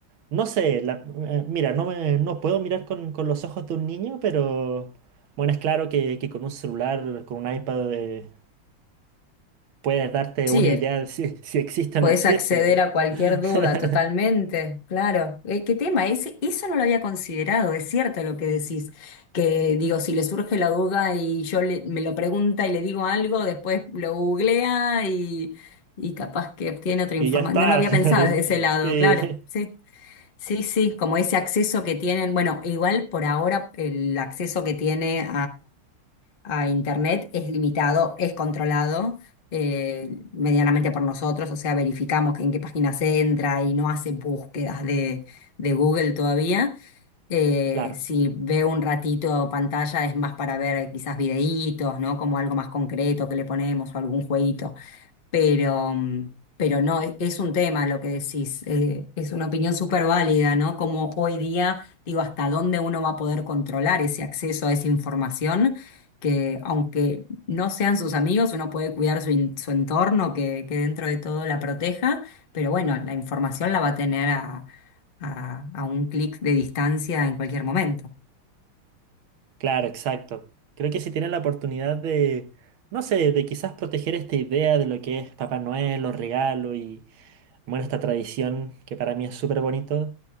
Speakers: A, on the right; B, on the left.
A: no sé, la- eh, mira, no, me- no puedo mirar con, con los ojos de un niño, pero bueno, es claro que, que con un celular, con un iPad, eh, puedes darte
B: Sí,
A: una idea de si, si existe
B: Podés
A: o no existe.
B: acceder a cualquier
A: <laughs>
B: duda totalmente, claro. Eh, ¿qué tema? Ese, eso no lo había considerado, es cierto lo que decís, que digo, si le surge la duda y yo le- me lo pregunta y le digo algo, después lo googlea y, y capaz que obtiene otra
A: Y
B: información.
A: ya está.
B: No lo había
A: <laughs>
B: pensado desde ese lado,
A: Sí,
B: claro, sí, sí, sí, como ese acceso que tienen, bueno, igual por ahora el acceso que tiene a Internet es limitado, es controlado eh, medianamente por nosotros, o sea, verificamos que en qué página se entra y no hace búsquedas de, de Google todavía. Eh,
A: claro.
B: si ve un ratito pantalla es más para ver quizás videitos, ¿no? Como algo más concreto que le ponemos o algún jueguito. Pero, mm, pero no, e- es un tema lo que decís, eh, es una opinión súper válida, ¿no? Como hoy día, digo, hasta dónde uno va a poder controlar ese acceso a esa información, que aunque no sean sus amigos, uno puede cuidar su, in- su entorno, que, que dentro de todo la proteja, pero bueno, la información la va a tener a, a, a un clic de distancia en cualquier momento.
A: Claro, exacto. Creo que si tienen la oportunidad de, no sé, de quizás proteger esta idea de lo que es Papá Noel, los regalos y, bueno, esta tradición que para mí es súper bonito,